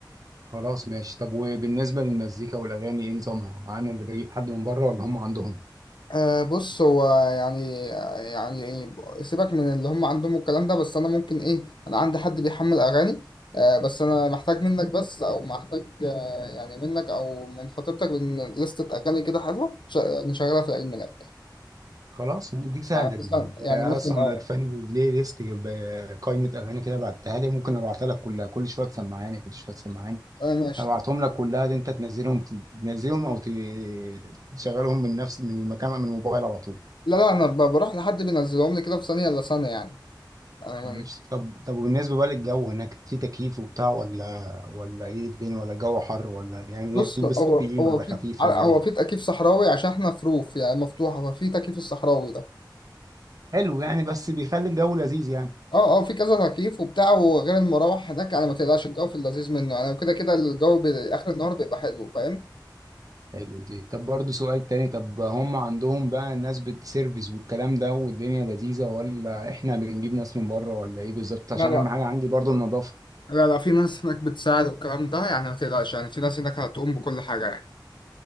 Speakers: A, on the right; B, on the left.
A: خلاص ماشي طب وبالنسبة للمزيكا والاغاني ايه نظامها انا اللي بجيب حد من بره ولا هم عندهم
B: أه بص هو يعني يعني سيبك من اللي هم عندهم الكلام ده بس انا ممكن ايه انا عندي حد بيحمل اغاني أه بس انا محتاج منك بس او محتاج أه يعني منك او من خطيبتك من لستة اغاني كده حلوه ش- نشغلها في عيد ميلاد
A: خلاص دي سهلة
B: يعني
A: دي
B: مثلا يعني
A: أنا
B: مثلا
A: أصلا
B: اه
A: عرفاني بلاي ليست جب- قائمة أغاني كده بعتها لي ممكن أبعتها لك كلها كل شوية تسمعاني كل شوية تسمعاني
B: آه، ماشي
A: أبعتهم لك كلها دي أنت تنزلهم تنزلهم أو ت- تشغلهم من نفس من المكان من الموبايل على طول
B: لا لا انا ب- بروح لحد بينزلهم لي كده في ثانيه الا ثانيه يعني انا
A: طب إيش طب طب وبالنسبة بقى للجو هناك في تكييف وبتاع ولا ولا إيه الدنيا ولا الجو حر ولا يعني
B: بص
A: نلبس
B: هو
A: تقيل
B: هو
A: ولا
B: في
A: خفيف
B: هو
A: ولا إيه
B: في تكييف صحراوي عشان احنا في روف يعني مفتوحه ففي تكييف الصحراوي ده
A: حلو يعني بس بيخلي الجو لذيذ يعني
B: اه اه في كذا تكييف وبتاع وغير المراوح هناك يعني ما تقلقش الجو في اللذيذ منه يعني كده كده الجو بي- اخر النهار بيبقى حلو فاهم
A: حلو دي طب برضه سؤال تاني طب هم عندهم بقى الناس بتسيرفيس والكلام ده والدنيا لذيذة ولا احنا بنجيب ناس من بره ولا ايه بالظبط عشان
B: لا لا
A: اهم حاجة عندي برضه النظافة
B: لا لا في ناس هناك بتساعد والكلام ده يعني ما تقلقش يعني في ناس هناك هتقوم بكل حاجه يعني